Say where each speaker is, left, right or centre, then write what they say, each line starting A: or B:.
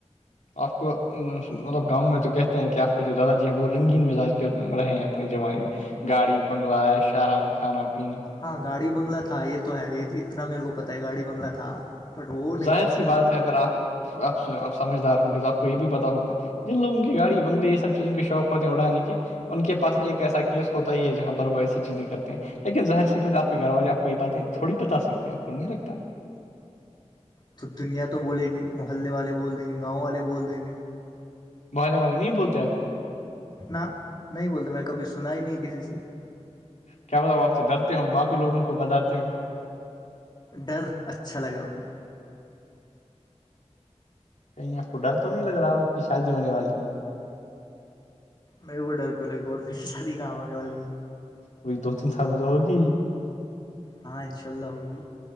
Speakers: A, on the left (about 85°); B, on the left (about 35°).
A: آپ کو مطلب گاؤں میں تو کہتے ہیں کہ آپ کے جو داداجی ہیں وہ رنگین مزاج کے رہے ہیں اپنے زمانے میں گاڑی بنگلہ ایش آرام کھانا پینا
B: ہاں گاڑی بنگلہ تھا یہ تو ہے یہ اتنا میرے کو پتہ ہے گاڑی بنگلہ تھا بٹ وہ نہیں
A: ظاہر
B: پتہ
A: سی بات ہے اگر آپ آپپ سمجھدار ہوں گے تو آپ کو یہ بھی پتا ہوگا جن لوگ ان کی گاڑی بنلے یہ سب چیزوں کے شوق ہوتے ہیں اڑھے کے ان کے پاس ایک ایسا کیس ہوتا ہی ہے جہاں پر وہ ایسی چیزیں کرتے ہیں لیکن ظر سی ب آ کے گھر والے آپ کو یہ باتیں تھوڑی بتا سکتے ہیں آپ کو نہیں لگتا
B: تو دنیا تو بولے گی محلے والے بول دیں گے گاؤں والے بول دیں گے
A: بے والے نہیں بولتے آپ کو
B: نہ نہیں بولتے میں نے کبھی سنا ہی نہیں کسی سے
A: کیا بتا وہ آپ سے ڈرتے ہو باقی لوگوں کو بتاتے ہو
B: ڈر اچھا لگا مجھے
A: کہیں آپ کو ڈر تو نہیں لگ رہا ہو آپ کی شادی ہونے والی ہے
B: میرے کو ڈر کیوںگے اور پھر شادی کام ہونے والی ہے
A: وہی دو تین سال میں تو ہوگی
B: ہاں انشاء اللہ ہوگی